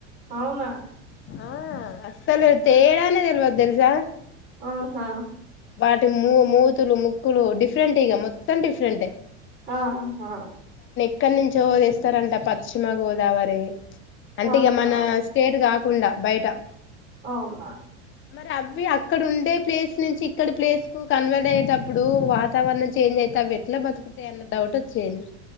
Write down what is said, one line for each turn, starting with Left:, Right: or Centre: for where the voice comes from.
Right: అవునా
Left: ఆ అస్సలె తేడేనే తెల్వదు తెల్సా
Right: ఆహా
Left: వాటి మూ మూతులు, ముక్కులు డిఫరెంట్ ఇగ మొత్తం డిఫరెంటే
Right: ఆహ హా
Left: ఎక్కనించో తెస్తారంట పశ్చిమ గోదావరి అంటే
Right: ఆహా
Left: ఇగ మన స్టేట్ కాకుండా బయట
Right: అవునా
Left: మరి అవి అక్కడ ఉండే ప్లేస్ నుంచి ఇక్కడ ప్లేస్ కు కన్వర్ట్ అయ్యేటప్పుడు వాతావరణం చేంజ్ అయి అవి ఎట్లా బతుకుతయి అన్న డౌట్ వచ్చేది.